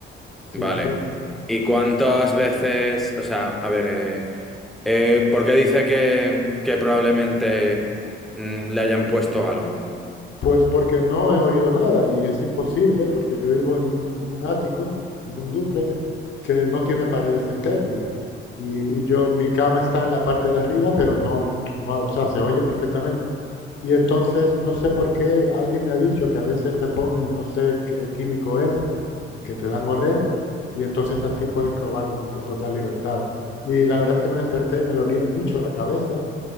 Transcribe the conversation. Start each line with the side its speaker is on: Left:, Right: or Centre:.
Left: sí,
Centre: Vale.
Left: solo.
Centre: ¿Y cuántas veces? O sea, a ver, eh, eh, ¿por qué dice que, que probablemente mm, le hayan puesto algo?
Left: Pues porque no he oído nada y es imposible porque yo vivo en un, en un ático, en un dúplex, que no tiene paredes internas. Y, y yo, mi cama está en la parte de arriba, pero no, no, o sea, se oye perfectamente. Y entonces no sé por qué alguien me ha dicho que a veces te ponen, no sé qué químico es, eh, que te dan a oler y entonces así pueden robar con, con total libertad. Y la verdad es que me desperté y me dolía mucho la cabeza.